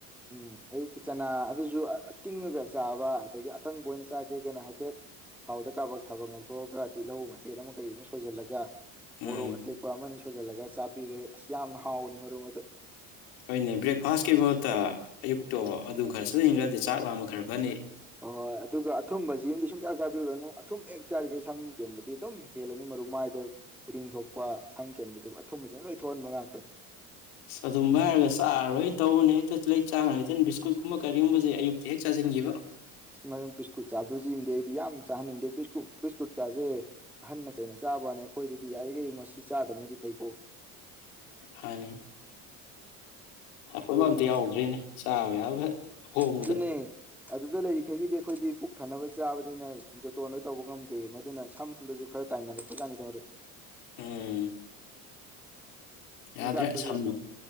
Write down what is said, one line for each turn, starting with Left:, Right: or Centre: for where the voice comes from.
Centre: ꯎꯝ ꯑꯌꯨꯛꯇ ꯆꯅꯥ ꯑꯗꯨꯁꯨ ꯇꯤꯡꯉꯒ ꯆꯥꯕ ꯑꯗꯒꯤ ꯑꯀꯪꯕ ꯑꯣꯏꯅ ꯆꯥꯒꯦ ꯀꯅ ꯍꯥꯏꯐꯦꯠ ꯊꯥꯎꯗ ꯀꯥꯕꯛ ꯊꯥꯕꯛ ꯉꯥꯎꯊꯣꯛꯑꯒ ꯇꯤꯜꯍꯧ ꯃꯆꯦꯠ ꯑꯃ ꯀꯔꯤ ꯑꯃ ꯁꯣꯏꯁꯤꯜꯂꯒ
Left: ꯎꯝ
Centre: ꯃꯔꯣ ꯑꯇꯩ ꯀꯅꯤ ꯊꯣꯏꯖꯤꯜꯂꯒ ꯆꯥꯕꯤꯕꯦ ꯑꯁ ꯌꯥꯝꯅ ꯍꯥꯎꯕꯅꯤ ꯃꯔꯨꯞ ꯑꯗꯨꯗ
Left: ꯍꯣꯏꯅꯦ ꯕ꯭ꯔꯦꯛꯐꯥꯁꯀꯤ ꯃꯍꯠꯇ ꯑꯌꯨꯛꯇꯣ ꯑꯗꯨ ꯈꯔꯁꯨ ꯏꯈ꯭ꯔꯗꯤ ꯆꯥꯛ ꯂꯥꯃ ꯈꯔ ꯐꯅꯤ
Centre: ꯍꯣꯏ ꯍꯣꯏ ꯑꯗꯨꯒ ꯑꯊꯨꯝꯕꯁꯤ ꯑꯃꯗꯤꯗꯤ ꯁꯨꯡꯆꯥꯌꯥ ꯆꯥꯕꯤꯔꯨꯔꯅꯨ ꯑꯊꯨꯝ ꯍꯦꯛ ꯆꯥꯔꯤꯈꯩ ꯁꯝ ꯌꯦꯟꯕꯗꯤ ꯑꯗꯨꯝ ꯍꯦꯜꯂꯅꯤ ꯃꯔꯨ ꯃꯥꯏꯗ ꯎꯔꯤꯡ ꯊꯣꯛꯄ ꯁꯝ ꯀꯦꯟꯕꯕꯁꯤ ꯑꯊꯨꯝꯕꯕꯁꯤꯅ ꯂꯣꯏ ꯊꯣꯛꯍꯟꯕ ꯉꯥꯛꯇꯅꯤ
Left: ꯑ ꯑꯗꯨꯨꯝꯕ ꯍꯥꯏꯔꯒ ꯆꯥꯔꯔꯣꯏꯅ ꯇꯧꯧꯕꯅꯦ ꯍꯦꯛꯇ ꯂꯩ ꯆꯥꯡꯉ ꯂꯩꯇꯅ ꯕꯤꯁꯀꯨꯠ ꯀꯨꯝꯕ ꯀꯔꯤꯒꯨꯝꯕꯁꯦ ꯑꯌꯨꯛꯇꯤ ꯍꯦꯛ ꯆꯥꯁꯤꯟꯈꯤꯕ
Centre: ꯑꯁ ꯃꯔꯨꯞ ꯕꯤꯁꯀꯨꯠ ꯆꯥꯕꯤꯕꯁꯤ ꯑꯃꯗꯤ ꯑꯩꯗꯤ ꯌꯥꯝꯅ ꯆꯥꯍꯟꯅꯤꯡꯗꯦ ꯕꯤꯁꯀꯨꯠꯀꯥꯁꯦ ꯑꯍꯟꯅ ꯀꯩꯅ ꯆꯥꯕꯅꯦ ꯑꯩꯈꯣꯏꯗꯗꯤ ꯌꯥꯔꯤꯈꯩ ꯃꯁꯤ ꯆꯥꯗꯕꯅꯗꯤ ꯐꯩꯀꯣ
Left: ꯍꯥꯏꯅꯤ ꯑꯐꯕ
Centre: ꯃꯔꯨꯞ
Left: ꯑꯝꯇ
Centre: ꯑꯗꯨ
Left: ꯌꯥꯎꯗ꯭ꯔꯤꯅꯦ ꯆꯥꯕ ꯌꯥꯕ ꯍꯣꯡꯕꯗ
Centre: ꯑꯗꯨꯅꯦ ꯑꯗꯨꯗ ꯂꯩꯔꯤꯈꯩꯒꯤꯗꯤ ꯑꯩꯈꯣꯏꯗꯤ ꯄꯨꯛ ꯊꯟꯅꯅꯕ ꯆꯥꯕꯅꯤꯅ ꯖꯣꯇꯣꯟ ꯂꯣꯏ ꯇꯧꯕ ꯉꯝꯗꯦ ꯃꯗꯨꯅ ꯁꯝꯗꯁꯨ ꯈꯔ ꯇꯥꯏꯅꯔꯄ ꯇꯅꯤꯗꯧꯔ
Left: ꯎꯝ ꯌꯥꯗ꯭ꯔꯦ
Centre: ꯆꯤꯟꯖꯥꯛꯇꯁꯨ
Left: ꯁ